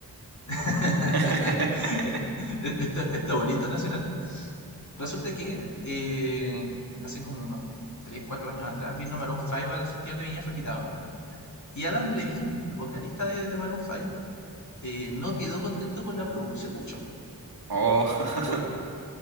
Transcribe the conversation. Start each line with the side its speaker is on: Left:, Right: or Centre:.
Left: <laughs>
Right: <laughs>
Left: Esto, esto bonito nacional. Resulta que eh, hace como unos 3 4 años atrás vino Maroon 5 al Festival de Viña, fue invitado. Y Adam Levine, el vocalista de, de Maroon 5, eh, no quedó contento con la producción del show,
Right: Oh, <laughs>
Left: por-